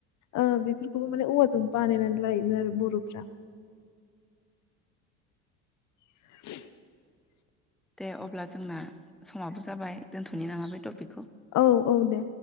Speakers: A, on the left; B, in the centre.
A: ओ बेफोरखौबो माने औवाजों बानायनानै लायोमोन आरो बर'फ्रा <inaudible>
B: दे अब्ला जोंना समाबो जाबाय दोनथ'नि नामा बे टपिक
A: औ औ दे